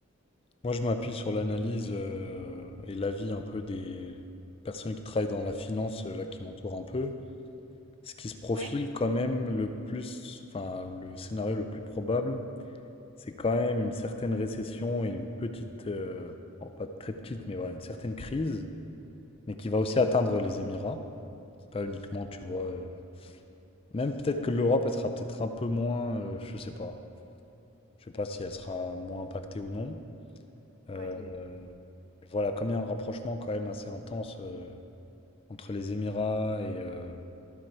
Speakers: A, on the left (about 25°); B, on the right (about 70°).
A: Moi, je m'appuie sur l'analyse euh, et l'avis un peu des personnes qui travaillent dans la finance, euh, là, qui m'entourent un peu. Ce qui se profile
B: Ouais,
A: Oui. quand même le plus, enfin le scénario le plus probable, c'est quand même une certaine récession et une petite, euh, bon, pas très petite, mais voilà, une certaine crise, mais qui
B: ok,
A: va aussi atteindre les Émirats. Pas uniquement, tu
B: ok,
A: vois. euh, Même peut-être que l'Europe, elle sera peut-être un peu moins, euh, je sais pas. Je sais pas si elle sera moins impactée ou non. Euh,
B: ouais.
A: Oui. Euh, voilà, comme il y a un rapprochement quand même assez intense euh, entre les Émirats et, euh,